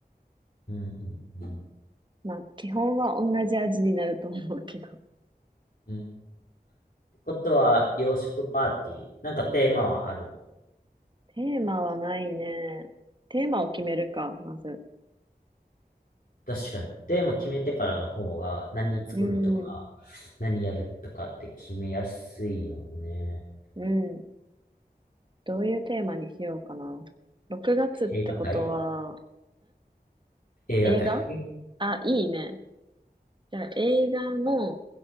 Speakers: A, on the left; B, on the right.
A: うん、うん。
B: まあ、基本は同じ味になると思うけど。
A: うんってことは、洋食パーティー、なんかテーマはあるの
B: テーマはないね。テーマを決めるか、まず。
A: 確かに。テーマ決めてからの方が、何作るとか、
B: うん、
A: 何やるとかって決めやすいよね。
B: うん。どういうテーマにしようかな。6月ってことは、
A: 映画界
B: ん
A: 映画界
B: 映画
A: <laughs>
B: あ、いいね。じゃあ、映画の、